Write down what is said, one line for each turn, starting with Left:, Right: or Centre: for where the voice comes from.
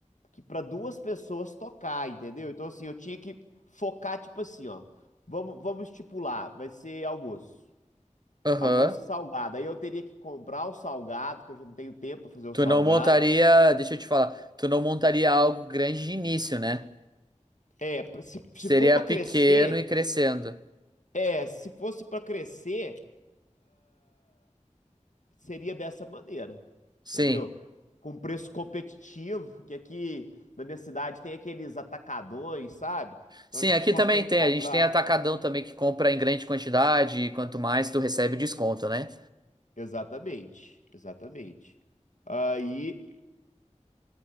Left: que para duas pessoas tocar, entendeu? Então assim, eu tinha que focar tipo assim, ó. Vamos, vamos estipular, vai ser almoço.
Right: Aham.
Left: Almoço e salgado. Aí eu teria que comprar o salgado, que eu já não tenho tempo para fazer o
Right: Tu
Left: salgado.
Right: não montaria, deixa eu te falar, tu não montaria algo grande de início, né?
Left: É, pra- se,
Right: Seria
Left: se for para
Right: pequeno
Left: crescer,
Right: e crescendo.
Left: é, se fosse para crescer, seria dessa maneira,
Right: Sim.
Left: entendeu? Com preço competitivo, que aqui na minha cidade tem aqueles atacadões, sabe? Então
Right: Sim,
Left: a gente
Right: aqui
Left: consegue
Right: também tem.
Left: comprar.
Right: A gente tem atacadão também que compra em grande quantidade e quanto mais tu recebe desconto, né?
Left: Exatamente, exatamente. Aí,